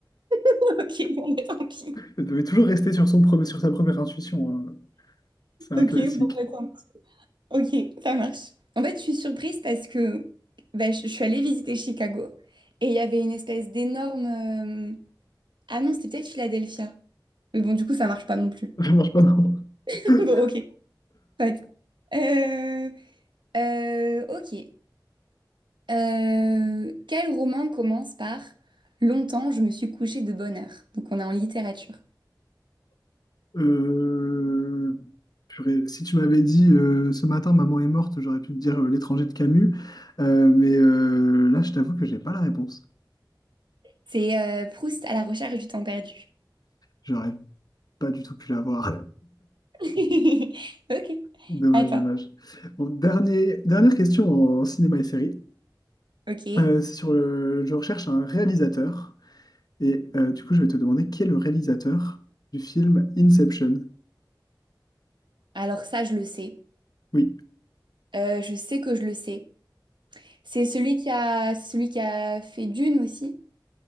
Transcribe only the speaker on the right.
<laughs> Ok, bon, bah, tant pis.
Ok,
bon, bah, tant pis. Ok, ça marche. En fait, je suis surprise parce que bah, je je suis allée visiter Chicago et il y avait une espèce d'énorme euh, Ah non, c'était peut-être Philadelphia. Mais bon, du coup, ça marche pas non plus.
<laughs>
Bon, ok. Soit. Euh, euh, ok. Euh, quel roman commence par Longtemps, je me suis couchée de bonne heure. Donc, on est en littérature.
C'est euh, Proust à la recherche du temps perdu.
<laughs> Ok.
Attends.
Ok.
Alors ça, je le sais.
Euh, je sais que je le sais. C'est celui qui a, c'est celui qui a fait Dune aussi.